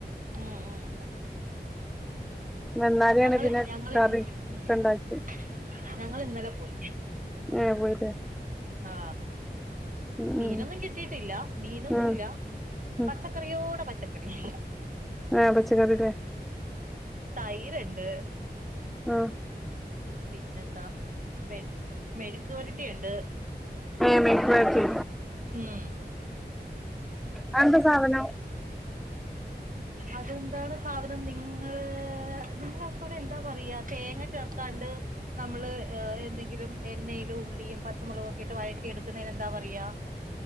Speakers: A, on the right; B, in the centre.
A: ഊ ഉം.
B: വന്നാരെയാണ്
A: ഞങ്ങള്
B: പിന്നെ
A: ഞങ്ങളിനി
B: കറി ഒക്കെ ഉണ്ടാക്കി
A: <inaudible> ഞങ്ങളിന്നല പോയി.
B: ഏ പോയില്ലേ
A: ആ.
B: ഉം
A: മീനൊന്നും
B: ഉം
A: കിട്ടിയിട്ടില്ല. മീനൊന്നു
B: ഉം
A: ഇല്ല.
B: ഉം
A: പച്ചക്കറിയോട പച്ച <unintelligible>
B: ആ പച്ചക്കറീടെ.
A: തയിര്ണ്ട്.
B: ആ
A: പിന്നെന്താ? മെഴ് മെഴ്ക്ക്പൊരട്ടിണ്ട്.
B: മെഴ്ക്ക് പെരച്ചി
A: ഊം
B: അഎന്താ സാധനം?
A: അതെന്താണ് സാധനം? നിങ്ങൾ.... നിങ്ങൾക്കൊതെന്താ പറിയാ? തേങ്ങ ചേർക്കാണ്ട് നമ്മള് എ എന്തെങ്കിലും എണ്ണയിലുള്ളിയും പച്ചമുളകൊക്കെ ട്ട് വയറ്റി എടക്ക്ന്നേനെന്താ പറിയാ?